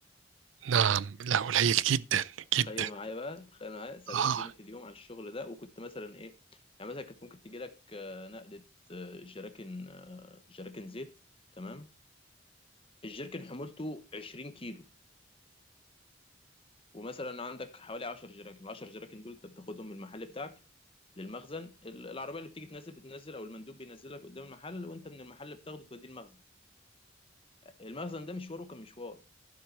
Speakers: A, on the right; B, on the left.
A: نعم لا قليل جدا
B: تخيل
A: جدا
B: معايا بقى تخيل معايا 70
A: اه
B: جنيه في اليوم على الشغل ده وكنت مثلا ايه يعني مثلا كانت ممكن تجي لك آه، نقلة آه، جراكن آه، جراكن زيت تمام الجركن حمولته 20 كيلو ومثلا عندك حوالي 10 جراكن ال 10 جراكن دول انت بتاخدهم من المحل بتاعك للمخزن ال- العربيه اللي بتيجي تنزل بتنزل او المندوب بينزلك قدام المحل وانت من المحل بتاخده توديه المخزن المخزن ده مشواره كان مشوار